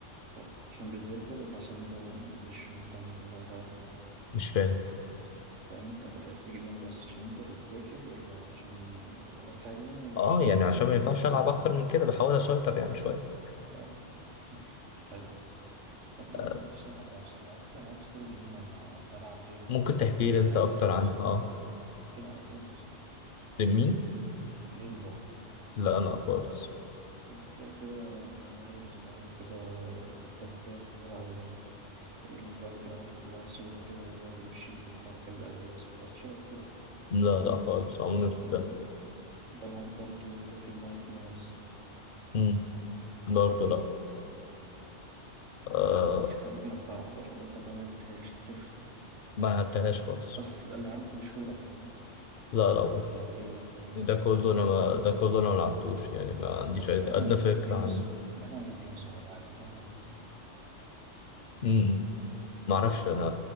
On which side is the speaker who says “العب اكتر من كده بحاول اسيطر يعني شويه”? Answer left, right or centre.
Left